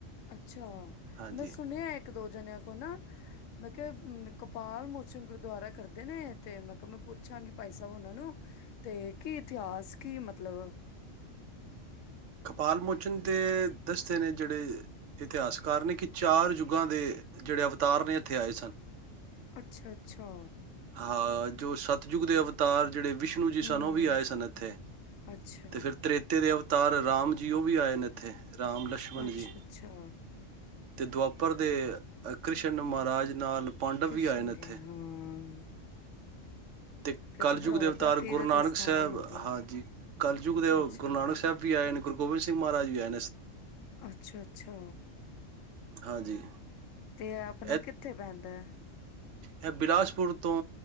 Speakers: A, on the left; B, on the right.
A: ਅੱਛਾ
B: ਹਾਂਜੀ
A: ਮੈਂ ਸੁਣਿਆ ਇੱਕ ਦੋ ਜਣਿਆਂ ਕੋ ਨਾ ਮ <unintelligible> ਕਪਾਲ ਮੋਸਮ ਗੁਰਦੁਆਰਾ ਕਰਦੇ ਨੇ ਤੇ ਮੈਂ ਮੈਂ ਪੁੱਛਾਂਗੀ ਭਾਈ ਸਾਹਿਬ ਉਹਨਾਂ ਨੂੰ ਤੇ ਕੀ ਇਤਿਹਾਸ ਕੀ ਮਤਲਬ
B: ਕਪਾਲ ਮੋਚਨ ਦੇ ਦੱਸਦੇ ਨੇ ਜਿਹੜੇ ਇਤਿਹਾਸਕਾਰ ਨੇ ਕਿ ਚਾਰ ਯੁੱਗਾਂ ਦੇ ਜਿਹੜੇ ਅਵਤਾਰ ਨੇ ਇੱਥੇ ਆਏ ਸਨ
A: ਅੱਛਾ ਅੱਛਾ
B: ਹਾਂ ਜੋ ਸਤਿਯੁੱਗ ਦੇ ਅਵਤਾਰ ਜਿਹੜੇ ਵਿਸ਼ਨੂੰ ਜੀ
A: ਹੂੰ
B: ਸਨ ਉਹ ਵੀ ਆਏ ਸਨ ਇੱਥੇ
A: ਅੱਛਾ
B: ਤੇ ਫਿਰ ਤਰੇਤੇ ਦੇ ਅਵਤਾਰ ਰਾਮ ਜੀ ਉਹ ਵੀ ਆਏ ਨੇ ਇੱਥੇ ਰਾਮ ਲਛਮਣ
A: ਅੱਛਾ
B: ਜੀ
A: ਅੱਛਾ
B: ਤੇ ਦੁਆਪਰ ਦੇ ਕ੍ਰਿਸ਼ਨ ਮਹਾਰਾਜ ਨਾਲ ਪਾਂਡਵ
A: ਕ੍ਰਿਸ਼ਨ
B: ਵੀ ਆਏ ਨੇ ਇੱਥੇ
A: ਜੀ ਹਾਂ
B: ਤੇ
A: ਫਿਰ
B: ਕਲਯੁਗ
A: ਤਾਂ ਬੜਾ
B: ਦੇ
A: ਵੱਡਾ
B: ਅਵਤਾਰ
A: ਤੀਰਥ
B: ਗੁਰੂ ਨਾਨਕ
A: ਸਥਾਨ
B: ਸਾਹਿਬ
A: ਹੋ ਗਿਆ
B: ਹਾਂਜੀ ਕਲਯੁਗ ਦੇ
A: ਅੱਛਾ
B: ਗੁਰੂ ਨਾਨਕ ਸਾਹਿਬ ਵੀ ਆਏ ਨੇ ਗੁਰੂ ਗੋਿੰਦ ਸਿੰਘ ਮਹਾਜ ਵੀ ਐ
A: ਅੱਛਾ ਅੱਛਾ
B: ਹਾਂਜੀ
A: ਤੇ ਆਪਣਾ
B: ਇਹ
A: ਕਿੱਥੇ ਪੈਂਦਾ ਹੈ
B: ਇਹ ਬਿਲਾਸਪੁਰ ਤੋਂ